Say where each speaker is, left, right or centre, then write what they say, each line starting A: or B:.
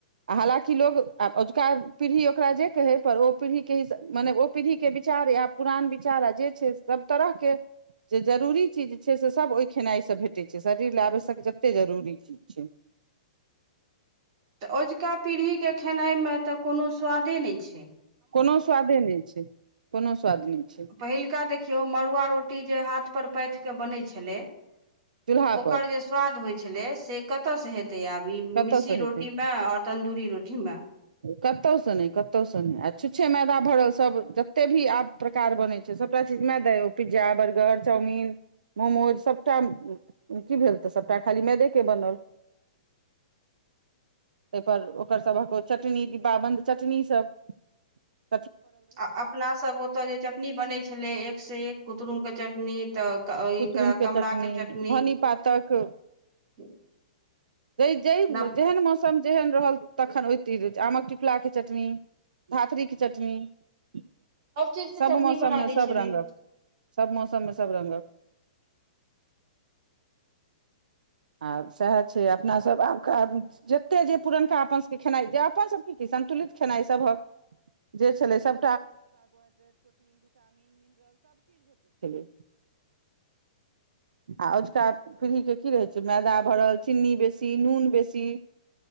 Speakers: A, on the right; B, on the right.
A: आ हालाँकि लोक आ अजुका पीढ़ी ओकरा जे कहै पर ओ पीढ़ीके मने ओ पीढ़ीके विचार आ पुरान विचार आ जे छै सभ तरहके जे जरूरी चीज छै से सभ ओहि। खेनाइ सब भेटै छै शरीर ल आवश्यक जते जरूरी चीज छै। <unintelligible>
B: तऽ अझुका पीढ़ीके खेनाइमे तऽ कोनो स्वादे नहि छै।
A: कोनो स्वादे नहि छै। कोनो स्वाद नहि छै
B: पहिलका देखियौ मड़ुआ रोटी जे हाथ पर पाथ के बनै छै। छलै। <unintelligible>
A: चूल्हा
B: ओकर
A: पर
B: जे स्वाद होइ छै। छले से कतऽ से हेत। <unintelligible> आब ई
A: कतयसँ
B: मिस्सी
A: हेतै
B: रोट में और तंदूरी। प रोथििम्ा। <unintelligible>
A: कतहुसँ नहि- कतहुसँ नहि आ छुच्छे मैदा भरल सभ जतेक भी आ-ब प्रकार बनै छै सभटा चीज मैदा ओ पिज्जा बर्गर चाउमीिन मोमोज सभटा की भेल तऽ -सभटा खाली मैदेके बनल। <unintelligible> एहिाहिपर ओकर सभक चटनी दिब्बाबन्द चटनीसभ। <unintelligible>
B: आ अपनासभ ओतय जे चटनी बनै छलै एकसँ एक कुदुमके चटनी तऽ एक
A: कुतुरुम के
B: कमराके चटनी।
A: धनी पातक
B: <unintelligible>
A: ज
B: नव
A: जेहन मौसम। मम जेहन रहल तखन ओ रह आमक टिकुला के चटनी धात्री के चटनी। <unintelligible> <unintelligible>
B: चीज के
A: सब
B: चटनी
A: मौसममे
B: बना दै
A: सब
B: छलै
A: रङंगक सब मौसममे। सब रंगक। <unintelligible> आ सएह छै अपनासभ आब ख। जते जे पुरनका अपन। <unintelligible> अपनो सबके जे संतुलित खेनाई थे छलै स। <unintelligible> आ अझुका पीढ़ीके की रहै छै मैदा भरल चीनी बेसी नून बेसी।